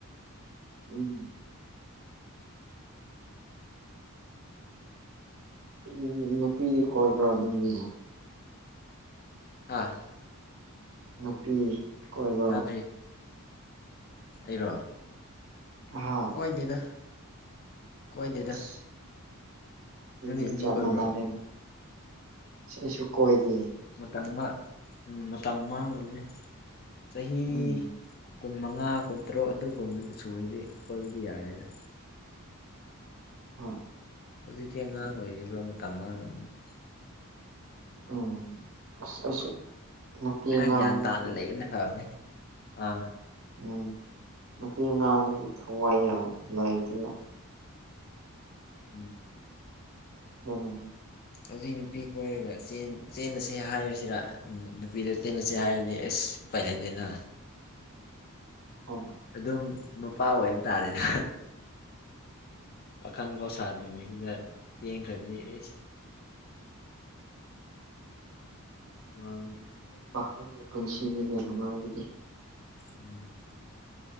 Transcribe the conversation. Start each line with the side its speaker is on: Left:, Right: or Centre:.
Right: ꯎꯝ ꯎꯝ ꯅꯨꯄꯤꯗꯤ ꯀꯣꯏꯕ꯭ꯔꯥ ꯅꯪꯒꯤ
Left: ꯍꯥꯥ
Right: ꯅꯨꯄꯤ ꯀꯣꯏꯕ꯭ꯔꯣ
Left: ꯑꯗꯨ ꯑꯩꯔꯣ
Right: ꯑꯍꯥ
Left: ꯀꯣꯏ ꯗꯦꯗ ꯀꯣꯏꯗꯦꯗ
Right: ꯑꯁ ꯑꯗꯨꯗꯤ
Left: ꯅꯪꯗꯤ ꯅꯨꯄꯤ
Right: ꯆꯞ
Left: ꯀꯣꯏꯕ꯭ꯔꯣ
Right: ꯃꯅꯥꯔꯅꯤ ꯁꯤꯁꯨ ꯀꯣꯏꯗꯦ
Left: ꯇꯪꯃꯥ ꯃꯇꯝ ꯃꯥꯡꯅꯕꯅꯤ ꯆꯍꯤꯤ
Right: ꯎꯝ
Left: ꯀꯨꯟ ꯃꯉꯥ ꯀꯨꯟꯇꯔꯨꯛ ꯑꯗꯨꯒꯨꯝꯕꯗꯨ ꯁꯨꯔꯗꯤ ꯀꯣꯏꯕꯗꯤ ꯌꯥꯔꯦꯗ
Right: ꯍꯥ
Left: ꯍꯧꯖꯤꯛꯇꯤ ꯑꯉꯥꯡ ꯑꯣꯏꯔꯤꯕ ꯃꯇꯝ ꯃꯥꯡꯅꯕꯅꯤ
Right: ꯎꯝ ꯑꯁ ꯑꯩꯁꯨ ꯅꯨꯄꯤ
Left: ꯈꯔ
Right: ꯑꯉꯥꯡꯗꯨꯗꯤ
Left: ꯒ꯭ꯌꯥꯟ ꯇꯥꯅ ꯂꯩꯕꯅ ꯐꯕꯅꯤ ꯑꯥ
Right: ꯎꯝ ꯅꯨꯄꯤ ꯑꯉꯥꯡꯗꯗꯤ ꯊꯋꯥꯏ ꯌꯥ ꯂꯩꯇꯦꯗ
Left: ꯎꯝ
Right: ꯀꯅ
Left: ꯍꯧꯖꯤꯛ ꯅꯨꯄꯤ ꯀꯣꯏꯔꯒ ꯆꯦꯜꯂꯁꯦ ꯍꯥꯏꯔꯁꯤꯔ ꯅꯨꯄꯤꯗ ꯆꯦꯜꯂꯁꯦ ꯍꯥꯏꯔꯗꯤ ꯑꯦꯁ ꯎꯄꯥꯏ ꯂꯩꯗꯅ
Right: ꯍꯣꯏ
Left: ꯑꯗꯨꯝ ꯃꯄꯥ ꯑꯣꯏꯕ ꯇꯥꯔꯦꯅ ꯑꯈꯪꯕ ꯁꯥꯗ꯭ꯔꯤꯉꯩꯁꯤꯗ ꯆꯦꯡꯈ꯭ꯔꯗꯤ ꯑꯩ ꯃꯥꯡꯉꯤ
Right: ꯅꯪꯒꯤ ꯄꯨꯟꯁꯤꯅꯤꯅꯦ ꯅꯨꯡꯉꯥꯏꯕꯗꯤ
Left: ꯎꯝ